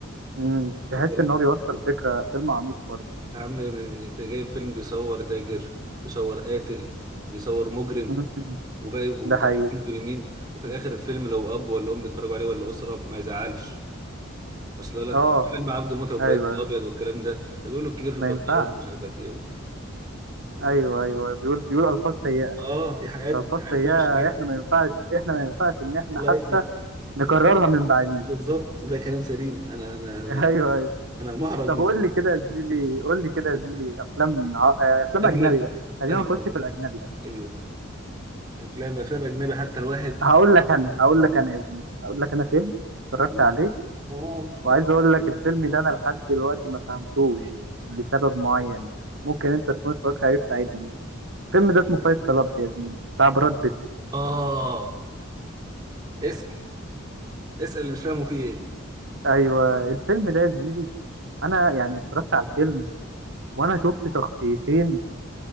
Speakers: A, on the right; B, on the right.
A: امم
B: واخد
A: تحس
B: بالك
A: ان هو بيوصل فكره فيلم عميق برضه
B: يا عم من- انت جايب فيلم بيصور تاجر بيصور قاتل بيصور مجرم
A: امم
B: وباقي وكتير
A: ده حقيقي
B: مجرمين وفي الاخر الفيلم لو اب ولا ام بيتفرجوا عليه ولا اسره ما يزعلش اصل لك
A: اه
B: فيلم عبده موتة وابراهيم
A: ايوه أيوة.
B: الابيض والكلام ده ده بيقولوا الكبير في
A: ما
B: البطلون
A: ينفعش
B: ومش عارف ايه و... ده
A: ايوه ايوه بيقول بيقول الفاظ سيئه
B: اه دي حاجات
A: فصل
B: حاجات
A: هي
B: وحشه جدا
A: احنا ما ينفعش احنا ما ينفعش ان احنا
B: الله
A: حتى
B: يفتح
A: نكررها من بعديه
B: بالظبط ده كلام سليم انا انا انا
A: <laughs> ايوه ايوه
B: انا محرج
A: طب
B: من
A: قول لي كده يا زميلي قول لي كده يا زميلي افلام ع- آه، افلام
B: اجنبي
A: اجنبي بقى خلينا
B: ايوه
A: نخش في الاجنبي بقى
B: ايوه افلام افلام اجنبي حتى الواحد
A: هقول لك انا هقول لك انا يا زميلي هقول لك انا فيلم اتفرجت
B: قول
A: عليه
B: قول
A: وعايز اقول لك الفيلم ده انا لحد دلوقتي ما فهمتوش لسبب معين يعني ممكن انت تكون اتفرجت عليه تساعدني الفيلم ده اسمه فايت كلاب يا زميلي بتاع براد بيت
B: اه اسال اسال اللي مش فاهمه فيه ايه
A: ايوه الفيلم ده يا زميلي انا يعني اتفرجت على الفيلم وانا شفت شخصيتين